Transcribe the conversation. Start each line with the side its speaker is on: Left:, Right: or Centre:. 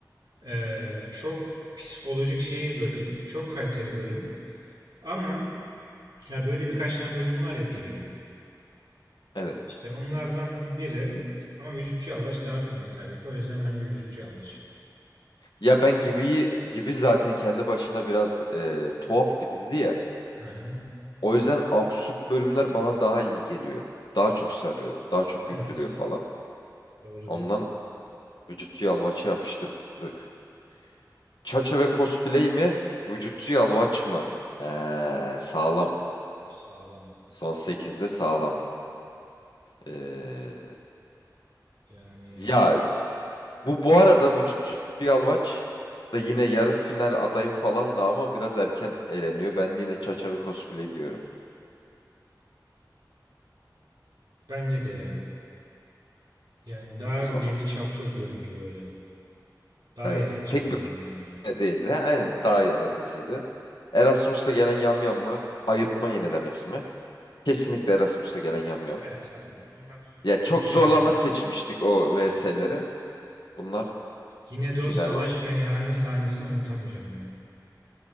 Right: Ee, çok psikolojik şey bir bölüm. Çok kaliteli bölüm. Ama Ya böyle birkaç tane bölüm var ya gibinin.
Left: Evet.
Right: İşte onlardan biri ama Vücutçu Yalvaç daha komik tabii ki. O yüzden bence Vücutçu Yalvaç.
Left: Ya ben Gibi'yi Gibi zaten kendi başına biraz e, tuhaf bir dizi ya.
Right: Hı hı.
Left: O yüzden absürt bölümler bana daha iyi geliyor. Daha çok sarıyor. Daha çok güldürüyor
Right: Evet.
Left: falan.
Right: Doğru
Left: Ondan
Right: diyorsun.
Left: vücutçu yalvaçı yapıştırdık. Çaça ve cosplay mi? Vücutçu yalvaç mı? Ee, sağlam.
Right: Sağlam.
Left: Son sekizde sağlam. Ee,
Right: Yani
Left: ya bu bu arada vücutçu yalvaç da yine yarı final adayım falan da ama biraz erken eleniyor. Ben yine çaça ve cosplay diyorum
Right: bence de ya. Yani daha
Left: o
Right: geniş
Left: zaman.
Right: çaplı bir bölümdü böyle. Daha
Left: Evet.
Right: yaratıcı
Left: Tek
Right: bir bölümdü
Left: bir
Right: bence.
Left: E, Değildi. Ha, Aynen daha yaratıcıydı. Erasmus'ta gelen yamyam mı? Ayırtma yenilemesi mi? Kesinlikle Erasmus'ta gelen yamyam.
Right: Evet aynen. Bunlar
Left: Ya
Right: çok
Left: çok
Right: şey
Left: zorlama
Right: olmadı. yani.
Left: seçmiştik o VS'leri. Bunlar
Right: Yine de
Left: finale
Right: o salaş
Left: oynuyor.
Right: meyhane sahnesini unutamayacağım ya.